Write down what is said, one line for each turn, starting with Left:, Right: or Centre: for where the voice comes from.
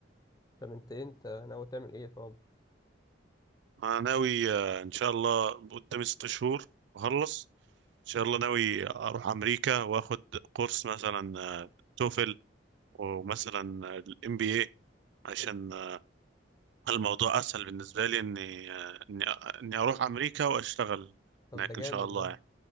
Left: طب انت إيه انت ناوي تعمل ايه طب
Right: انا ناوي آه، ان شاء الله قدامي ست شهور اخلص ان شاء الله ناوي اروح امريكا واخد كورس مثلا توفل ومثلا الام بي اي عشان
Left: طب
Right: آه، الموضوع اسهل بالنسبه لي اني آه، اني اني اروح امريكا واشتغل
Left: طب
Right: هناك
Left: ده جامد
Right: ان شاء الله
Left: ده
Right: يعني